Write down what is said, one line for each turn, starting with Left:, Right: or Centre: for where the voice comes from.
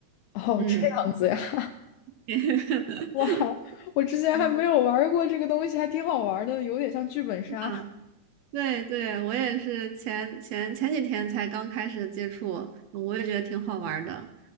Left: 哦，
Right: 嗯。
Left: 这样子呀。<laughs>
Right: <laughs>
Left: 哇，我之前还没有玩儿过这个东西，
Right: 嗯，
Left: 还挺好玩儿的，有点像剧本杀。
Right: 啊，对对，我也是前前前几天才刚开始接触，我也觉得挺好玩儿的。